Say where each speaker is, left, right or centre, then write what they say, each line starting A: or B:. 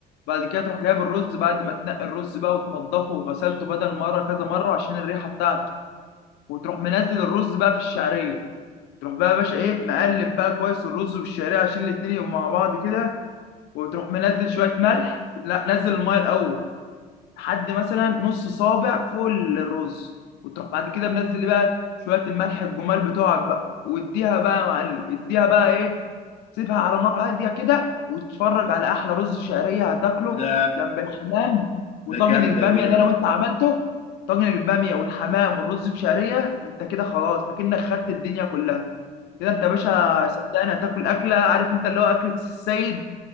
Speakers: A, on the left; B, on the left.
A: بعد كده تروح جايب الرز بعد ما تنقي الرز بقى وتنضفه وغسلته بدل مره كذا مره عشان الريحه بتاعته وتروح منزل الرز بقى في الشعريه تروح بقى يا باشا ايه مقلب بقى كويس الرز والشعريه عشان الاتنين يبقوا مع بعض كده وتروح منزل شويه ملح لا نزل الميه الاول لحد مثلا نص صابع فوق الرز وتروح بعد كده منزل بقى شويه الملح الجمال بتوعك بقى واديها بقى يا معلم اديها بقى ايه سيبها على نار هاديه كده وتتفرج على احلى رز شعريه هتاكله
B: ده
A: جنب الحمام وطاجن
B: ده جامده
A: الباميه
B: دي
A: ده
B: بقى
A: لو انت عملته طاجن الباميه والحمام والرز بشعريه انت كده خلاص اكنك خدت الدنيا كلها كده انت يا باشا صدقني هتاكل اكله عارف انت اللي هو اكله السيد